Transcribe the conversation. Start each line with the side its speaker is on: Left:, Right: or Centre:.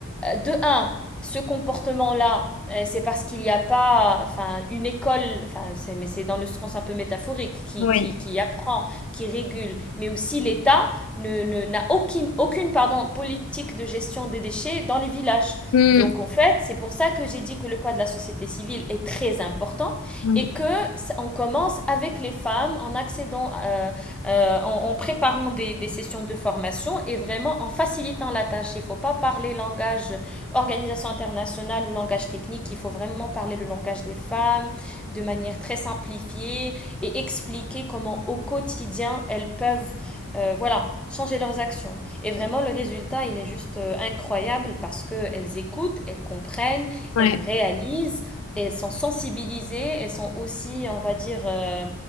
Centre: euh, de un, ce comportement-là, euh, c'est parce qu'il n'y a pas, enfin, une école, enfin, c'est, mais c'est dans le sens un peu métaphorique, qui,
Left: Ouais.
Centre: qui, qui apprend, qui régule, mais aussi l'État ne, ne- n'a aucune, aucune, pardon, politique de gestion des déchets dans les villages.
Left: Mm.
Centre: Donc, en fait, c'est pour ça que j'ai dit que le poids de la société civile est très important,
Left: Ouais.
Centre: et que on commence avec les femmes en accédant, euh, euh, en, en préparant des, des sessions de formation et vraiment en facilitant la tâche. Il ne faut pas parler langage organisation internationale ou langage technique. Il faut vraiment parler le langage des femmes de manière très simplifiée et expliquer comment au quotidien elles peuvent, euh, voilà, changer leurs actions. Et vraiment, le résultat, il est juste euh, incroyable parce que elles écoutent, elles comprennent,
Left: Ouais.
Centre: elles réalisent et elles sont sensibilisées, elles sont aussi, on va dire, euh,